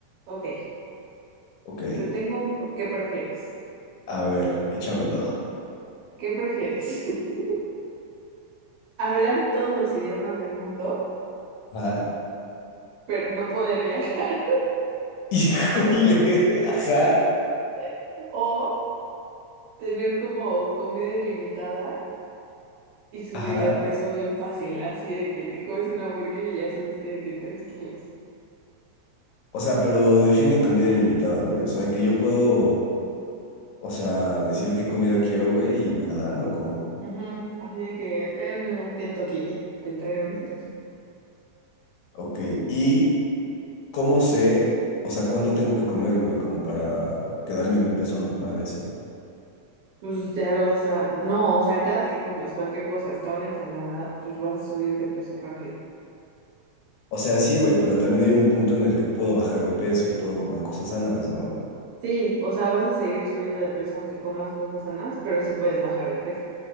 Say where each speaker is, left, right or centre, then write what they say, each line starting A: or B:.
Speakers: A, on the right (about 70°); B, on the left (about 80°).
A: Ok,
B: Ok,
A: te tengo un... po- ¿Qué prefieres?
B: a ver, échamelo.
A: ¿Qué prefieres? <laughs> ¿Hablar todos los idiomas del mundo,
B: Ajá.
A: pero no poder viajar?
B: <laughs> Híjole, ajá,
A: <laughs> ¿O tener como comida ilimitada y subir
B: ajá.
A: de peso bien fácil? Así de que te comes una burger y ya subiste de que tres kilos.
B: O sea, pero define comida ilimitada, güey. O sea, que yo puedo, o sea, decir qué comida quiero, güey, y me la dan, o como.
A: Ujú, Así de que tráigame un Kentucky y te traigo un Kentucky.
B: Ok, y cómo sé, o sea, cuánto tengo que comer, güey, como para quedarme en mi peso normal y así.
A: Pues ya lo vas a... No, o sea, cada que comes cualquier cosa, hasta una ensalada, pues vas a subir de peso rápido.
B: O sea, sí, güey, pero también hay un punto en el que puedo bajar de peso y puedo comer cosas sanas, ¿no?
A: Sí, o sea, vas a seguir subiendo de peso aunque comas cosas sanas, pero sí puedes bajar de peso.